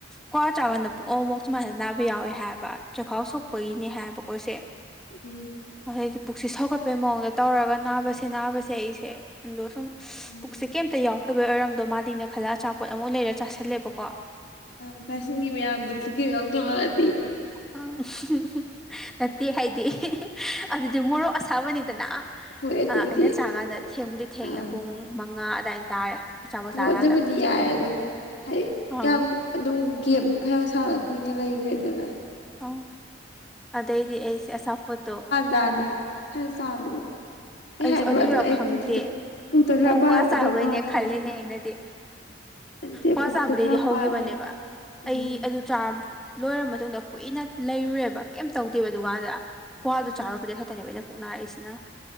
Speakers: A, in the centre; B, on the left (about 60°).
A: ꯀ꯭ꯋꯥ ꯆꯥꯛꯀꯥꯟꯗ ꯄꯨꯡ ꯑꯃꯨꯛ ꯁꯨꯃꯥꯏꯅ ꯅꯥꯕ ꯌꯥꯎꯋꯦ ꯍꯥꯏꯕ ꯆꯈꯥꯎ ꯁꯣꯛꯄꯒꯤꯅꯦ ꯍꯥꯏꯕꯀꯣ ꯁꯦ
B: ꯎꯝ
A: ꯑꯗꯩꯗꯤ ꯄꯨꯛꯁ ꯁꯧꯒꯠꯄꯩ ꯃꯑꯣꯡꯗ ꯇꯧꯔꯒ ꯅꯥꯕꯁꯦ ꯅꯥꯕꯁꯦ ꯑꯩꯁꯦ ꯑꯗꯣ ꯁꯨꯝ
B: ꯎꯝ
A: ꯄꯨꯛꯁꯦ ꯀꯩꯝꯇ ꯌꯥꯎꯗꯕꯩ ꯑꯣꯏꯔꯝꯗꯣ ꯃꯥꯗꯤꯅ ꯈꯜꯂ ꯑꯆꯥꯄꯣꯠ ꯑꯃꯨꯛ ꯂꯩꯔ ꯆꯥꯥꯁꯜꯂꯦꯕꯀꯣ
B: ꯑ ꯆꯥꯁꯤꯕꯗ ꯄꯨꯈꯔꯤ ꯌꯥꯎꯗꯕꯗꯤ
A: ꯎ ꯅꯠꯇꯦ ꯍꯥꯏꯗꯤ ꯑꯗꯨꯗꯤ ꯃꯣꯔꯣꯛ ꯑꯁꯥꯕꯅꯤꯗꯅ
B: ꯍꯣꯏ ꯑꯗꯨꯕꯨꯗꯤ
A: ꯑꯩꯅ ꯆꯥꯀꯥꯟꯗ ꯊꯦꯡꯕꯨꯗꯤ ꯊꯦꯡꯉꯦ
B: ꯑꯥ
A: ꯄꯨꯡ ꯃꯉꯥ ꯑꯗꯨꯏꯅ ꯇꯥꯔꯦ ꯑꯆꯥꯄꯣꯠ
B: ꯍꯣꯏ
A: ꯆꯥꯀꯥꯟꯗ
B: ꯑꯗꯨꯕꯨꯗꯤ ꯌꯥꯏ ꯑꯗꯣ ꯍꯥꯏꯗꯤ
A: ꯑꯪ
B: ꯌꯥꯝꯌꯥꯝ ꯑꯗꯨꯝ ꯒꯦꯞꯇꯣ ꯐꯔ ꯁꯥꯡꯅ ꯀꯨꯏꯅ ꯂꯩꯈ꯭ꯔꯦꯗꯅ
A: ꯑꯪ ꯑꯗꯩꯗꯤ ꯑꯩꯁꯦ ꯑꯆꯥꯄꯣꯠꯇꯣ
B: ꯌꯥꯅꯤ ꯁꯋꯥ ꯆꯥꯕꯗꯣ ꯑꯩ
A: ꯑꯩꯁꯨ
B: ꯍꯥꯏꯗ꯭ꯔꯣ
A: ꯑꯗꯨ
B: ꯑꯗꯨꯝ
A: ꯌꯥꯔ
B: ꯑꯩ
A: ꯈꯪꯗꯦ
B: ꯄꯨꯛꯇ ꯄꯨꯛꯇ ꯈꯔ
A: ꯀꯣꯡ
B: ꯄꯥꯜꯂꯛꯀꯗꯧ
A: ꯀ꯭ꯋꯥ ꯆꯥꯕꯩꯅꯦ
B: ꯃꯥꯜꯂꯦꯅ
A: ꯈꯜꯂꯤꯅꯦ ꯑꯩꯅꯗꯤ
B: ꯅꯠꯇꯦ
A: ꯀ꯭ꯋꯥ
B: ꯄꯨꯛꯇ
A: ꯆꯥꯕꯗꯩꯗꯤ
B: ꯈꯔ
A: ꯍꯧꯈꯤꯕꯅꯦꯕ
B: ꯄꯥꯜꯂꯦ ꯎꯝ
A: ꯑꯩ ꯑꯗꯨ ꯆꯥꯔ ꯂꯣꯏꯔꯕ ꯃꯇꯨꯡꯗ ꯀꯨꯏꯅ ꯂꯩꯔꯨꯔꯦꯕ ꯀꯩꯝ ꯇꯧꯗꯦꯕ ꯗꯨꯀꯥꯟꯗ ꯀ꯭ꯋꯥꯗꯨ
B: ꯎꯝ
A: ꯆꯥꯔꯨꯕꯩ ꯈꯛꯇꯅꯦꯕ ꯑꯩꯅ ꯄꯨꯣꯛ ꯅꯥꯔꯛꯏꯁꯤꯅ